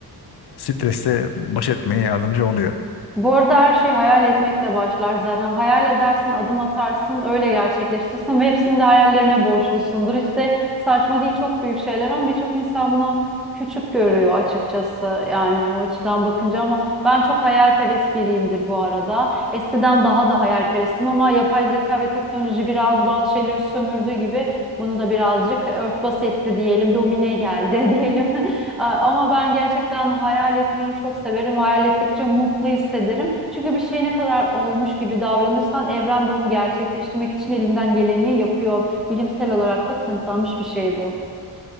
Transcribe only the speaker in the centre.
Bu arada her şey hayal etmekle başlar zaten. Hayal edersin, adım atarsın, öyle gerçekleştirsin ve hepsini de hayallerine borçlusundur. İşte saçma değil çok büyük şeyler ama birçok insan bunu küçük görüyor açıkçası. Yani o açıdan bakınca ama ben çok hayalperest biriyimdir bu arada. Eskiden daha da hayalperestim ama yapay zeka ve teknoloji biraz bazı şeyleri sömürdüğü gibi bunu da birazcık örtbas etti diyelim, domine geldi <laughs> diyelim. A- Ama ben gerçekten hayal etmeyi çok severim. Hayal ettikçe mutlu hissederim. Çünkü bir şey ne kadar olmuş gibi davranırsan evren de onu gerçekleştirmek için elinden geleni yapıyor. Bilimsel olarak da kanıtlanmış bir şey bu.